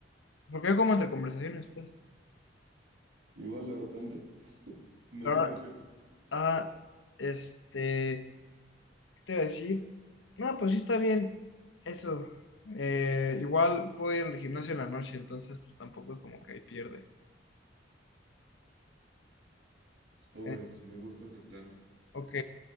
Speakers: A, on the left; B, on the right.
A: Porque yo como entre conversaciones, pues.
B: Igual de repente. Me mantiene
A: Pero,
B: despierto.
A: ajá, este, ¿qué te iba a decir? No, pues sí está bien. Eso. Eh, igual puedo ir al gimnasio en la noche, entonces pues, tampoco es como que ahí pierde.
B: Sobres,
A: Eh,
B: me gusta ese plan.
A: ok.